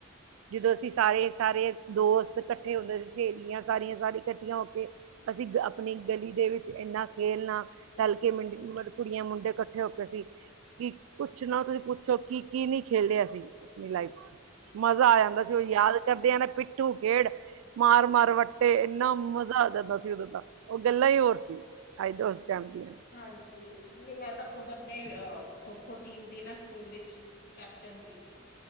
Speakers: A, on the right (about 80°); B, on the left (about 50°).
A: ਜਦੋਂ ਅਸੀਂ ਸਾਰੇ-ਸਾਰੇ ਦੋਸਤ ਇਕੱਠੇ ਹੁੰਦੇ ਸੀ ਸਹੇਲੀਆਂ। ਸਾਰੀਆਂ ਸਾਰੀ ਇਕੱਠੀਆਂ ਹੋ ਕੇ ਅਸੀਂ ਆਪਣੀ ਗਲੀ ਦੇ ਵਿੱਚ ਇੰਨਾ ਖੇਲਣਾ। ਰਲਕੇ ਮਿੰਡੀ। ਕੁੜੀਆਂ ਮੁੰਡੇ ਇਕੱਠੇ ਹੋ ਕੇ ਸੀ। ਕਿ ਕੁੱਛ ਨਾ ਤੁਸੀਂ ਪੁੱਛੋ ਕੀ-ਕੀ ਨੀ ਖੇਲਿਆ ਸੀ। ਆਪਣੀ ਲਾਈਫ ਚ ਮਜ਼ਾ ਆ ਜਾਂਦਾ ਸੀ। ਉਹ ਯਾਦ ਕਰਦੇ ਆ ਨਾ ਪਿੱਟੂ ਖੇਡ ਮਾਰ-ਮਾਰ ਵੱਟ। ਤੇ ਇੰਨਾ ਮਜ਼ਾ ਆ ਜਾਂਦਾ ਸੀ। ਉਦੋਂ ਤਾਂ ਉਹ ਗੱਲਾਂ ਹੀ ਹੋਰ ਸੀ ਅੱਜ ਉਸ ਟਾਈਮ ਦੀਆਂ।
B: ਹਾਂਜੀ ਵੀ ਮੈਂ ਤਾਂ ਖੁਦ ਆਪਣੇ ਅ ਖੋ-ਖੋ ਟੀਮ ਦੀ ਨਾ ਸਕੂਲ ਵਿੱਚ। ਕੈਪਟਨ ਸੀ ਗੀ।